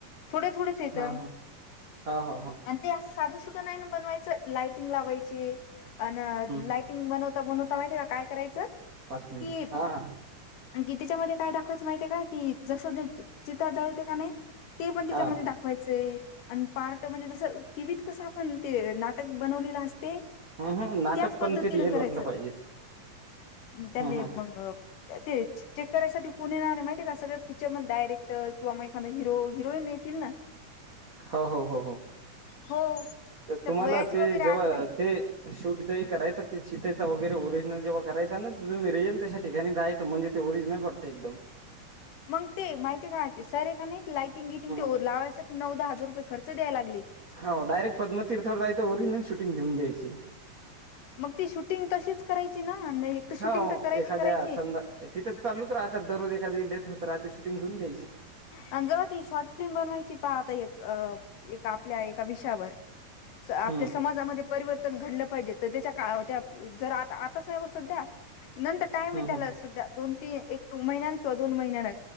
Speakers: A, on the left; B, on the right.
A: थोड थोडच येत.
B: हा हा हो हो हो
A: ते असं साधं सुद्धा नाही ना बनवायचं लाइटिंग लावायची अ लाइटिंग
B: हम्म
A: बनवता बनवता माहितीय का काय करायचं
B: पाच मिनिट
A: की
B: हा हा
A: आण की तिच्यामध्ये काय दाखवायचं माहितीय का की जसं ज चित्र जळते का नाही ते पण त्याच्यामध्ये
B: हा
A: दाखवायचं आणि पार्ट म्हणजे जसं टीव्त कसं आपण ते बनले अस त्याच
B: हम्म हम्म नाटक
A: पद्धतीन
B: पण ते रिअल
A: करायचं
B: वाटलं पाहिजे
A: त्याने
B: हम्म हम्म
A: मग ते चेक करायसाठी कोु ना नाही माहि आहे का सगळ्या पिक्चरमध्ये डायरेटर किंवा मखादा हिरो हिरोईन येतील ना
B: हो हो हो हो
A: हो त्यात
B: तर तुम्हाला
A: वयाची
B: ते
A: वगैरे आठ
B: जेव्हा
A: नाही
B: ते शूट जही करायचा तेिताय वैरेओरिजिनल जेव्हा करायचा ना तु मी र येईल त्याश ठिकाणी जाय म्हणज ते ओरिजनल वाटत एकम
A: मग ते माहिती आहे का ते सरे का नाही लाई टिंगिटिंग
B: हम्म
A: ते लावायसाठी नऊदा हजार रुपये खर्च द्याय लागले.
B: हो डायरेक्ट पद्मतीर्थावर जायचं ओरिजिन शूटिंग घेऊन घ्यायची.
A: मग ती शूटिंग तशीच करायची ना नाही एक तर शूटिंग
B: हो
A: तर करायची
B: एखाद्या
A: करायची.
B: समजा तिथं चालच राहता दररोज एखादी डेथ होत राहते शूटिंग घेऊन घ्यायची.
A: आणि जव्हा ती शॉर्ट फिल्म बनवायची पहा आता एक अ एका आपल्या एका विषयावर आपल्या
B: हम्म
A: समाजामध्ये परिवर्तन घडलं पाहिजे तर त्याच्या काळ जर आता आताच नाही सध्या नंतर टाम
B: हं,
A: त्याला
B: हं.
A: सध्या दोन तीन एक महिन्या किंवा दोन महिन्या